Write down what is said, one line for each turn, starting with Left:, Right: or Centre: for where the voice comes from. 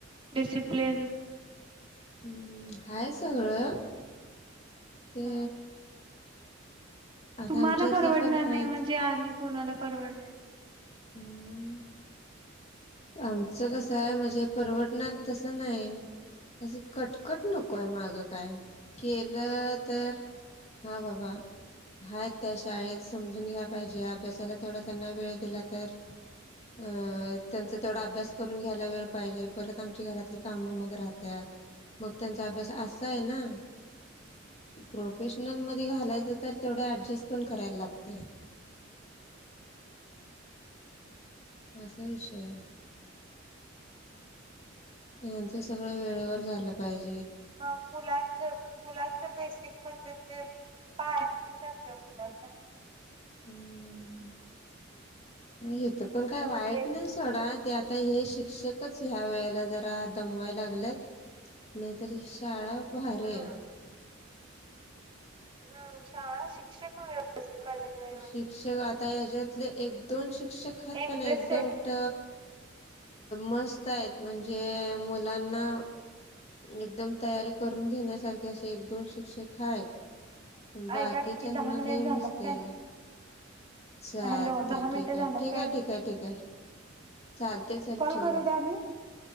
Right: डिसिप्लन
Left: हम्म हाय सगळं ते
Right: ह
Left: आता
Right: तुम्हाला
Left: आमच्या इथली
Right: परवडणार
Left: पण
Right: नाही
Left: आहेत.
Right: म्हणजे आणि कोणाला परवडलं
Left: हम्म. आमचं कस आहे म्हणजे परवडणार तसं नाही असं कटकट नको आहे माग काय केलं तर हा बाबा आहेत त्या शाळेत समजून घ्या पाहिजे अभ्यासाला तेवढा त्यांना वेळ दिला तर अ त्यांचा तेवढा अभ्यास करून घ्यायला वेळ पाहिजे परत आमची घरातली कामं मग राहतात मग त्यांचा अभ्यास असा आहे ना प्रोफेशनल मध्ये घालायचं तर तेवढ ऍडजस्ट पण करायला लागते. असा विषय आहे. यांचं सगळं वेळेवर झालं पाहिजे
Right: अ मुलांच मुलां बेसिक म्हणजे जे पाय <unintelligible>
Left: हम्म म ते पण काय वाईट
Right: बेस
Left: नाही सोडा ते आता हे शिक्षकच ह्या वेळेला जरा दमवाय लागल्यात नाहीतरी शाळा खूप भारी
Right: हम्म
Left: आहे.
Right: हम्म शाळा शिक्षक व्यवस्थित पाहिजेत मेन म्हणजे
Left: शिक्षक आता हच्यातले एक दोन शिक शिक्षक आहेत
Right: इंटरेस्ट
Left: पण एकदम
Right: सेट
Left: ट मस्त आहेत म्हणजे मुलांना एकदम तयारी करून घेण्यासारखे असे एक दोन शिक्षक हायत पण बाकीच्यासन
Right: ऐका की दहा मिनिट
Left: लई
Right: झाल्यात
Left: मस्ती
Right: काय
Left: आल्या चालतय
Right: हॅलो दहा
Left: ठीक
Right: मिनिटं
Left: आहे
Right: झाल्यात
Left: ठीक
Right: काय
Left: आहे ठीक आहे ठीक आहे चालते चल
Right: कॉल
Left: ठेव
Right: करू
Left: मग
Right: द्या आणि